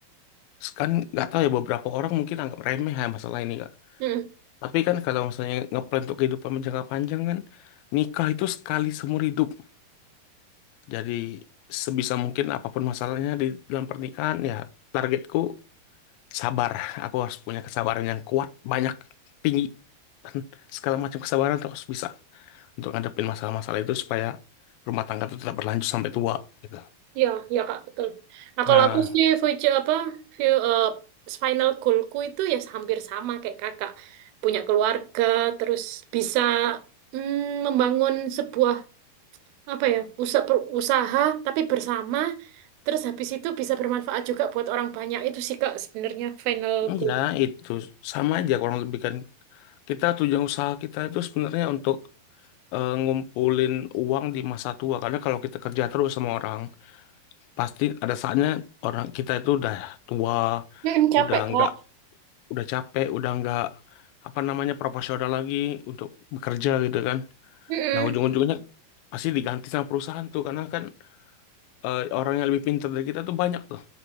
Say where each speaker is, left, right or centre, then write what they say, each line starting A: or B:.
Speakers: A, on the left; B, on the right.
A: kan nggak tahu ya beberapa orang mungkin anggap remeh ya masalah ini
B: Hmm,
A: Tapi kan kalau misalnya ngeplan untuk kehidupan jangka panjang kan nikah itu sekali seumur hidup. Jadi sebisa mungkin apapun masalahnya di dalam pernikahan ya targetku sabar. Aku harus punya kesabaran yang kuat, banyak, tinggi dan segala macam kesabaran terus bisa untuk ngadepin masalah-masalah itu supaya rumah tangga itu tetap berlanjut sampai tua gitu.
B: ya iya Kak, betul. Nah,
A: Nah,
B: kalau aku sih, future apa, view, eh, final goalku itu ya hampir sama kayak Kakak. Punya keluarga, terus bisa mm, membangun sebuah apa ya usaha, usaha tapi bersama terus habis itu bisa bermanfaat juga buat orang banyak itu sih kak sebenarnya finalku
A: iya itu sama aja kurang lebih kan kita tujuan usaha kita itu sebenarnya untuk eh, ngumpulin uang di masa tua. Karena kalau kita kerja terus sama orang, pasti ada saatnya orang kita itu udah tua,
B: Mm-mm, capek
A: udah nggak,
B: kak
A: udah capek, udah nggak apa namanya proporsional lagi untuk bekerja gitu kan.
B: Mm-mm.
A: Nah ujung-ujungnya pasti diganti sama perusahaan tuh karena kan eh, orang yang lebih pintar dari kita tuh banyak tuh.